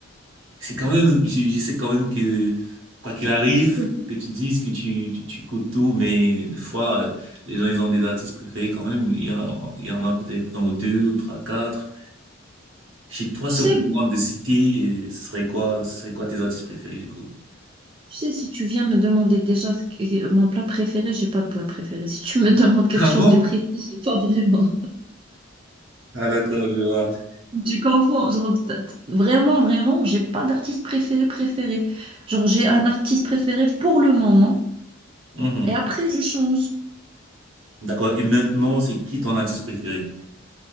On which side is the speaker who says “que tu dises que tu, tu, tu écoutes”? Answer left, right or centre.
Right